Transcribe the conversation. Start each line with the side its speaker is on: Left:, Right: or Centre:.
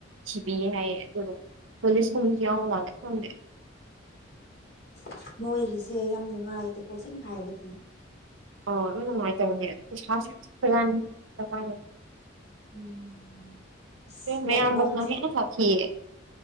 Right: ꯁꯤꯤꯕꯤ ꯍꯥꯏ ꯑꯗꯨ ꯀꯣꯂꯤꯁ ꯀꯨꯝꯁꯤꯎ ꯃꯥꯅ ꯐꯪꯗꯦ
Left: ꯑꯁ ꯃꯣꯏꯒꯤꯁꯦ ꯌꯥꯝ ꯅꯨꯡꯉꯥꯏꯇꯦꯀꯣꯁꯦꯡꯅ ꯍꯥꯏꯔꯗꯤ
Right: ꯑꯣ ꯎꯅꯨꯡꯥꯏ ꯇꯔꯦ <unintelligible> <unintelligible> ꯐꯅꯤ
Left: ꯎꯝ ꯑꯁ ꯃꯣꯏ
Right: ꯃꯌꯥꯝꯝꯕꯁꯅ
Left: ꯏꯃꯨꯡꯁꯦ
Right: ꯍ ꯁꯥ ꯍ <unintelligible> <inaudible>